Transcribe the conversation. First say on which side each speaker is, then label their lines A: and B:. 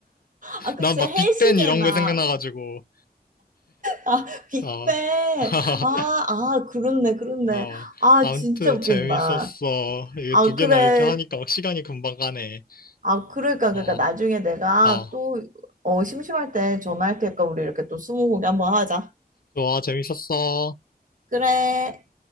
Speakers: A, on the right; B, on the left.
A: 아, 그치,
B: 난 막
A: 해시계나,
B: 빅뱅 이런 거 생각나가지고,
A: 아, 빅뱅.
B: 어. <laughs>
A: 아, 아, 그렇네, 그렇네.
B: 어,
A: 아,
B: 아무튼
A: 진짜 웃긴다.
B: 재밌었어. 이게
A: 아,
B: 두 개나
A: 그래.
B: 이렇게 하니까 막 시간이 금방 가네.
A: 아, 그러니까,
B: 어,
A: 그러니까, 나중에 내가
B: 어,
A: 또, 어, 심심할 때 전화할 테니까 우리 이렇게 또 스무고개 한번 하자.
B: 좋아, 재밌었어.
A: 그래.